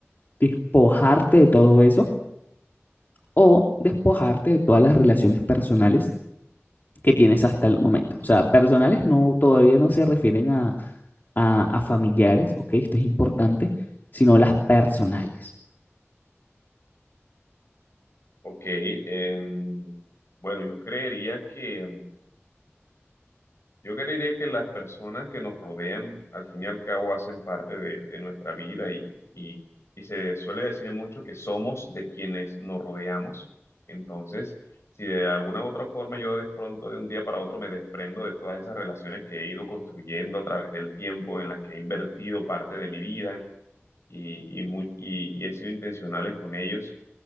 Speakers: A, on the left; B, on the left.
A: despojarte de todo eso o despojarte de todas las relaciones personales que tienes hasta el momento. O sea, personales no, todavía no se refieren a, a, a familiares, ¿ok? Esto es importante, sino las personales.
B: Ok, em, bueno, yo creería que Yo creería que las personas que nos rodean, al fin y al cabo, hacen parte de, de nuestra vida y, y- y se suele decir mucho que somos de quienes nos rodeamos. Entonces, si de alguna u otra forma yo de pronto de un día para otro me desprendo de todas esas relaciones que he ido construyendo a través del tiempo, en las que he invertido parte de mi vida, y, y, muy- y, y he sido intencionales con ellos,